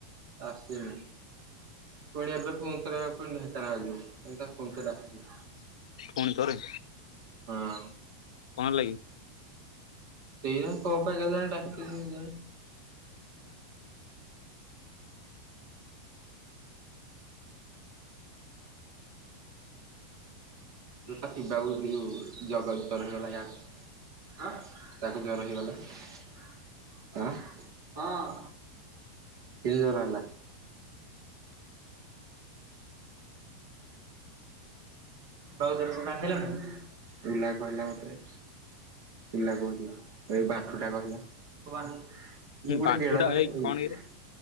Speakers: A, on the right (about 60°); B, on the left (about 75°).
A: ଆସିନି ପୁଣି ଏବେ ପୁଣି ଥରେ ପୁଣି ଢେଙ୍କାନାଳ ଯିବୁ ମୁଁ ତାକୁ ଫୋନ୍ କରି ଡାକିବି।
B: ପୁଣି ଥରେ।
A: ହଁ।
B: କଣ ଲାଗି?
A: ସେଇବା କଣ ପାଇଁ କେଜାଣି <unintelligible> କେଆଣି? ତୁ ପା ଶିବାକୁ ସେ ଯୋଉ ଜଗର ଜର ହେଇଗଲା ୟାକୁ ତାକୁ ଜର ହେଇଗଲା ଆଁ କି ଜର ହେଲା? ଏଇନା କହିଲ ଆଉଥରେ? କୋଉ ବାଣ୍ଠୁ?
B: ବାଣ୍ଟୁ ଟା ଏଇ କଣ କିରେ